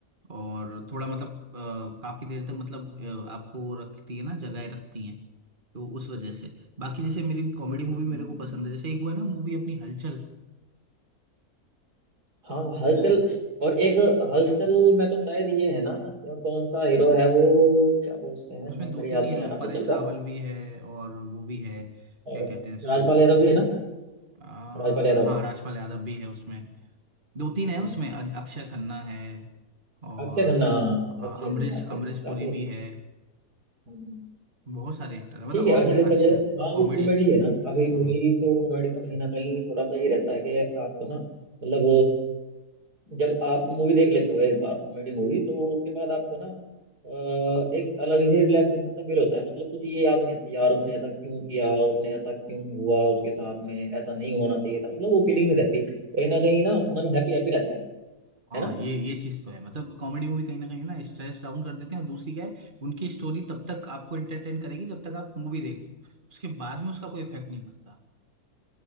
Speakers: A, on the right; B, on the right.
A: और थोड़ा मतलब अ, काफी देर तक मतलब अ, आपको रखती है ना जगाए रखती हैं तो उस वजह से बाकी जैसे मेरी कॉमेडी मूवी
B: हम्म।
A: मेरे को पसंद है जैसे एक वो है ना मूवी अपनी हलचल
B: हाँ हलचल और एक हलचल में तो शायद ये है ना या कौन सा हीरो है वो क्या बोलते हैं
A: उसमें
B: नाम
A: दो
B: मेरे
A: तीन
B: याद
A: हीरो
B: नहीं आ
A: है
B: रहा
A: परेश
B: हलचल
A: रावल
B: का
A: भी है और वो भी है
B: और
A: क्या कहते हैं इसको
B: राजपाल यादव भी है ना
A: आ,
B: राजपाल यादव
A: हाँ राजपाल यादव भी है उसमें दो तीन है
B: हम्म
A: उसमें अ- अक्षय खन्ना है और
B: अक्षय खन्ना
A: हाँ
B: अक्षय खन्ना
A: अमरीश
B: अक्षय खन्ना
A: अमरीश
B: काफी
A: पुरी भी है
B: हम्म,
A: बहुत सारे एक्टर है मतलब
B: ठीक है
A: और
B: वैसे देखा
A: अच्छा
B: जाए
A: है
B: हाँ
A: कॉमेडी
B: वो कॉमेडी
A: अच्छी
B: है ना काफी मूवी
A: हम्म
B: तो कॉमेडी में कहीं ना कहीं थोड़ा सा ये रहता है कि आपको ना मतलब जब आप मूवी देख लेते हो एक बार कॉमेडी मूवी तो उसके बाद आपको ना अ, एक अलग ही रिलैक्सेशन सा फील होता है मतलब कुछ ये याद नहीं आती यार उसने ऐसा क्यों किया उसने ऐसा क्यों हुआ उसके साथ में ऐसा नहीं होना चाहिए था मतलब वो फीलिंग नहीं रहती कहीं ना कहीं ना मन हैप्पी हैप्पी रहता है
A: हाँ
B: है ना
A: ये ये चीज तो है मतलब कॉमेडी मूवी कहीं ना कहीं ना स्ट्रेस डाउन कर देते हैं और दूसरी क्या है उनकी स्टोरी तब तक आपको एंटरटेन करेगी जब तक आप मूवी देख रहे हो उसके बाद में उसका कोई इफेक्ट नहीं पड़ता